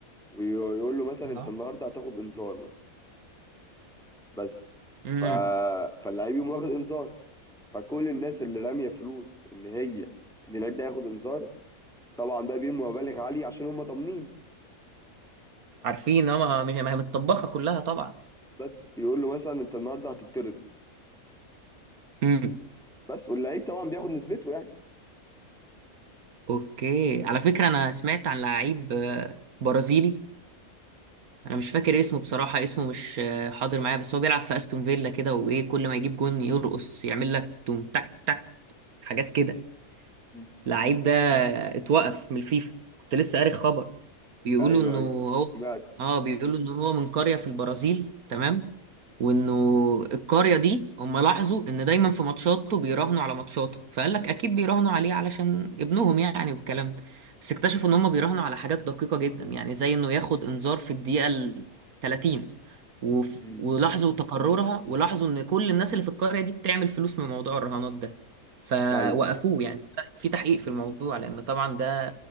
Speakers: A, in the centre; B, on the right (about 85°).
A: ويقول له مثلا انت
B: آه.
A: النهارده هتاخد انذار مثلا بس
B: امم
A: ف... فاللعيب يقوم واخد انذار فكل الناس اللي راميه فلوس ان هي ان اللعيب ده هياخد انذار طبعا بقى بيرموا مبالغ عالية عشان هم ضامنين
B: عارفين اه ما هي ما هي متطبخه كلها طبعا
A: بس يقول له مثلا انت النهارده هتطرد
B: امم
A: بس واللعيب طبعا بياخد نسبته يعني
B: اوكي على فكره انا سمعت عن لعيب آه، برازيلي انا مش فاكر اسمه بصراحه اسمه مش آه، حاضر معايا بس هو بيلعب في استون فيلا كده وايه كل ما يجيب جون يرقص يعمل لك توم تك تك حاجات كده
A: مم.
B: لعيب ده اتوقف من الفيفا كنت لسه قاري خبر بيقولوا
A: ايوه
B: انه
A: ايوه
B: هو
A: سمعت
B: اه بيقولوا انه هو من قرية في البرازيل تمام وانه القرية دي هم لاحظوا ان دايما في ماتشاته بيراهنوا على ماتشاته فقال لك اكيد بيراهنوا عليه علشان ابنهم يعني والكلام ده بس اكتشفوا ان هم بيراهنوا على حاجات دقيقة جدا يعني زي انه ياخد انذار في الدقيقة ال 30 وف...
A: مم.
B: ولاحظوا تكررها ولاحظوا ان كل الناس اللي في القرية دي بتعمل فلوس من موضوع الرهانات ده فوقفوه
A: ايوه
B: يعني في تحقيق في الموضوع لان طبعا ده